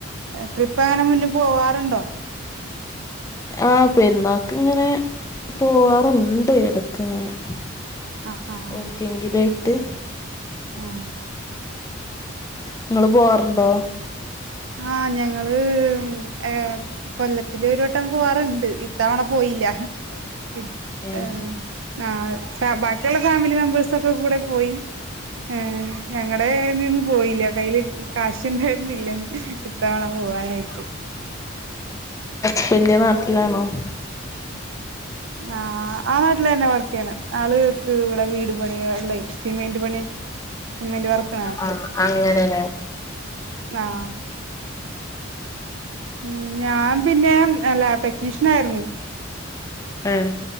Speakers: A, on the right; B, on the left.
A: ട്രിപ്പ് അങ്ങനെ മുന്ന് പോവാറുണ്ടോ
B: ആഹ് പെരുന്നാക്ക് ഇങ്ങനെ പോവാറുണ്ട് ഇടക്ക് ഇങ്ങനെ
A: ആഹ് ആഹ്
B: ഒട്ക്കെങ്കിലെ ട്ട്
A: ആഹ്
B: നിങ്ങള് പോവാറുണ്ടോ
A: ആ ഞങ്ങൾ ഏ കൊല്ലത്തില് ഒരു വട്ടം പോവാറെണ്ട് ഇത്തവണ പോയില്ല ഏ
B: ഏഹ്
A: ആ ബാ ബാക്കിയുള്ള ഫാമിലി മെമ്പേഴ്‌സൊക്കെ കൂടെ പോയി ആ ഞങ്ങടെന്ന് പോയില്ല കൈൽ കാശ് ഇണ്ടായിരിന്നില്ല ഇത്തവണ പോവാനായിട്ട്
B: പിന്നെ നട ലാണോ
A: ആഹ് ആ നാട്ടില് തന്നെ വർക്ക് ചെയ്യണെ ആള്ക്ക് ഇവിടെ വീട് പണിയെള്ളെ സിമിന്റ് പണി സിമെന്റ് വർക്കാണ് ആൾക്ക്
B: ആഹ് അങ്ങനെല്ലേ
A: ആഹ് ഉം ഞാൻ പിന്നെ ലാബ് ടെക്നീഷ്യൻ ആയിരുന്നു
B: ആഹ്